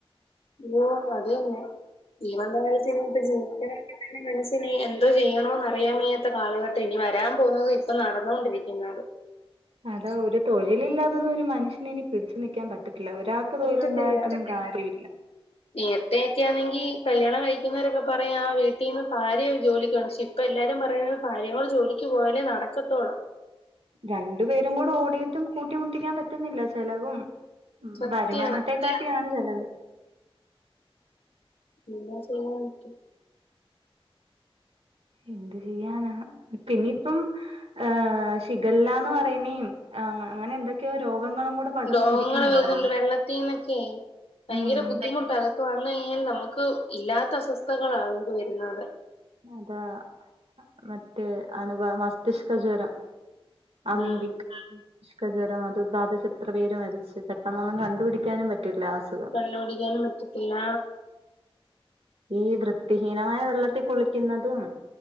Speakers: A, on the left; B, on the right.
A: ഇയ്യോ അതന്നെ. ഈവന്ന കാലത്തിന് ഇപ്പം ഈ വന്ന ജീവിക്കാൻ വേണ്ടീട്ട് മനുഷ്യന് എന്തോ ചെയ്യണോന്ന് അറിയാൻ വയ്യാത്ത കാലഘട്ടത്തിൽ ഇനി വരാൻ പോകുന്നതും ഇപ്പോ നടന്നോണ്ടിരിക്കുന്നതും
B: അതാ ഒരു തൊഴിലില്ലാതൊന്നും ഒരു മനുഷ്യന് പിടിച്ചു നിൽക്കാൻ പറ്റത്തില്ല ഒരാൾക്ക്
A: പറ്റത്തില്ല.
B: തൊഴിലുണ്ടായിട്ടൊന്നും കാര്യമില്ല
A: നേരത്തെക്കെയാണെങ്കി കല്യാണം കഴിക്കുന്നൊരക്കെ പറയാ ആ വീട്ടിന്ന് ഭാര്യ ജോലിക്ക് പോവാന്ന് ഷെ ഇ ഇപ്പൊ എല്ലാരും പറയുന്നെ ഭാര്യയും കൂടി ജോലിക്ക് പോയാലേ നടക്കത്തൊള്ളെന്ന്
B: രണ്ടു പേരും കൂടെ ഓടിയട്ടും കൂട്ടിമുട്ടിക്കാൻ പറ്റുന്നില്ല ചെലവും
A: സത്യം
B: വരുമാനത്തെയും തന്നെയാണ് ചിലവ്
A: എന്തോ ചെയ്യാൻ പറ്റും
B: എന്ത് ചെയ്യാനാ പിന്നിപ്പം ഏഹ് ഷിഗല്ലാന്ന് പറ നിപ്പോ യിനും അങ്ങനെ എന്തൊക്കെയോ രോഗങ്ങളും കൂടെ പടർന്നു
A: രോഗങ്ങള്
B: പിടിക്കുന്നുണ്ടല്ലോ
A: വരുന്നുണ്ട് വെള്ളത്തീന്നൊക്കെയ് ഭയങ്കര
B: ഉം
A: ബുദ്ധിമുട്ടാണ്. ഇപ്പ വന്ന കഴിഞ്ഞാൽ നമുക്ക് ഇല്ലാത്ത അസ്വസ്ഥകളാ ഇത് വരുന്നത്.
B: അതാ മറ്റേ അണുബാ മസ്തിഷ്ക ജ്വരം. അമീബിക്
A: ഉം
B: ക ജ്വരം അത് ബാധിച്ച് എത്ര പേര് മരിച്ച് പെട്ടെന്നൊന്നും കണ്ടുപിടിക്കാനും പറ്റൂല്ല ആ അസുഖം.
A: തല്ലുപിടിക്കാനും പറ്റത്തില്ല.
B: ഈ വൃത്തിഹീനമായ വെള്ളത്തി കുളിക്ക്യുന്നതും